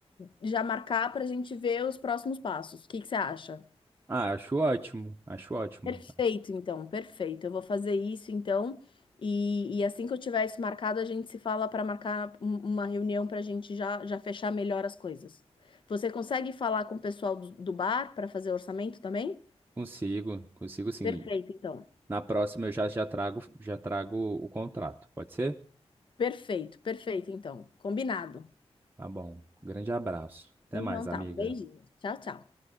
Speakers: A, on the left; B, on the right.
A: já marcar pra gente ver os próximos passos. O que que você acha?
B: Ah, acho ótimo, acho ótimo.
A: Perfeito, então, perfeito. Eu vou fazer isso, então, e, e assim que eu tiver isso marcado, a gente se fala para marcar um- uma reunião para a gente já, já fechar melhor as coisas. Você consegue falar com o pessoal do, do bar para fazer orçamento também?
B: Consigo, consigo sim.
A: Perfeito, então.
B: Na próxima eu já, já trago, já trago o contrato, pode ser?
A: Perfeito, perfeito, então. Combinado.
B: Tá bom. Grande abraço. Até
A: Então
B: mais, amiga.
A: tá, um beijinho. Tchau, tchau.